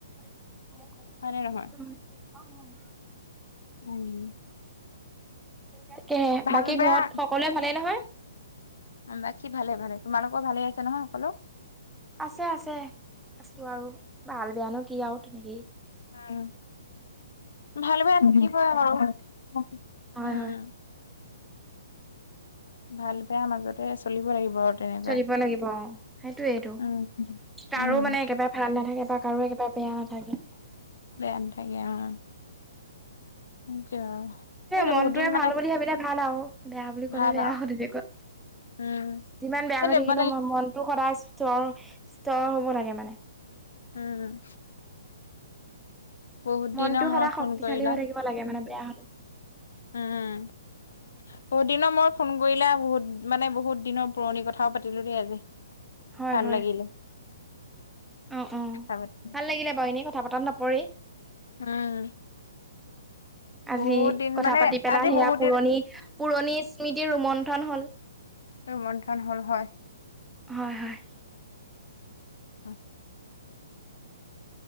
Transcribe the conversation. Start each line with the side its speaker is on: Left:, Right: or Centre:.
Centre: <unintelligible>
Left: হয় নে নহয় উম।
Centre: তাকেহে,
Left: ভাল
Centre: বাকী
Left: বেয়া
Centre: ঘৰত সকলোৱে ভালেই নহয়?
Left: বাকী ভালে ভালে। তোমালোকৰ ভালে আছে নহয় সকলো?
Centre: আছে আছে, আছোঁ আৰু ভাল বেয়ানো কি আৰু তেনেকেই।
Left: উম, ভাল বেয়া থাকিবই আৰু উম।
Centre: হয় হয়
Left: ভাল বেয়া মাজতে চলিব লাগিব আৰু। তেনেকৈ
Centre: চলিব লাগিব অ' সেইটোয়েইটো,
Left: উম
Centre: কাৰো
Left: উম
Centre: মানে একেবাৰে ভাল নাথাকে বা কাৰো একেবাৰে বেয়া নাথাকে।
Left: বেয়া নাথাকে অ'। সেইটোৱে আৰু। সেইটো
Centre: মনটোৱে
Left: বহুত দিন
Centre: ভাল
Left: মানে
Centre: বুলি ভাবিলে ভাল আৰু, বেয়া বুলি ক'লে
Left: ভাল
Centre: বেয়া
Left: আৰু
Centre: হ তেনেকুৱা।
Left: উম
Centre: যিমান বেয়া
Left: সেইটো
Centre: হৈ থাকিলেও
Left: মানে
Centre: মনটো সদায় স্তৰ স্তৰ হ'ব লাগে মানে।
Left: উম। বহুত
Centre: মনটো
Left: দিনৰ মূৰত
Centre: সদায় শক্তিশালী
Left: ফোন কৰিলা
Centre: হৈ থাকিব লাগে মানে বেয়া হ'লেও।
Left: উম বহুত দিনৰ মূৰত ফোন কৰিলা, বহুত মানে বহুত দিনৰ পুৰণি কথাও পাতিলো দেই আজি।
Centre: <unintelligible> হয়
Left: ভাল
Centre: হয়,
Left: লাগিলে
Centre: অ', অ'।
Left: কথা পাতি
Centre: ভাল লাগিলে বাৰু এনেই কথা পতাত নপৰেই।
Left: উম।
Centre: আজি
Left: বহুত দিন
Centre: কথা
Left: মানে
Centre: পাতি পেলাই
Left: আজি
Centre: সেয়া
Left: বহুত
Centre: পুৰণি
Left: দিন
Centre: পুৰণি স্মৃতিৰ ৰোমন্থন হ'ল।
Left: ৰুমন্থন হ'ল হয়।
Centre: হয় হয়।
Left: <inaudible>